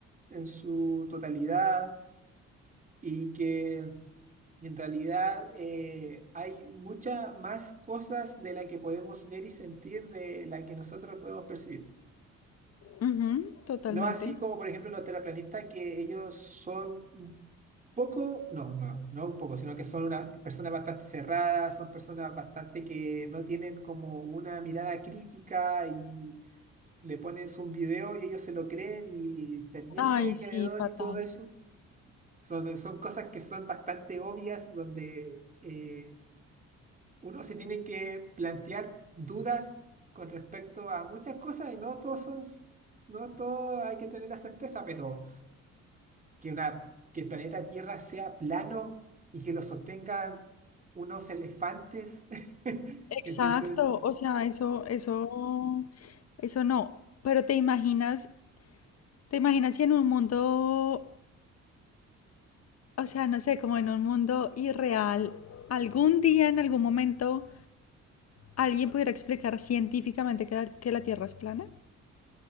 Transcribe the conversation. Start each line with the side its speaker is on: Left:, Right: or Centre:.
Right: en su totalidad y que en realidad eh, hay muchas más cosas de las que podemos ver y sentir de las que nosotros podemos percibir.
Left: ujú, totalmente.
Right: No así como, por ejemplo, los terraplanistas, que ellos son poco, no, no, no un poco, sino que son unas personas bastante cerradas, son personas bastante que no tienen como una mirada crítica y le pones un video y ellos se lo creen y pendiente,
Left: Ay, sí,
Right: creador
Left: fatal.
Right: y todo eso. Son, son cosas que son bastante obvias donde eh, uno se tiene que plantear dudas con respecto a muchas cosas y no todos son, no todo hay que tener la certeza, pero que, una, que el planeta Tierra sea plano y que lo sostengan unos elefantes. <laughs>
Left: Exacto,
Right: Entonces,
Left: o sea, eso, eso, eso no. Pero te imaginas, te imaginas si en un mundo, o sea, no sé, como en un mundo irreal, algún día, en algún momento, alguien pudiera explicar científicamente que la, que la Tierra es plana.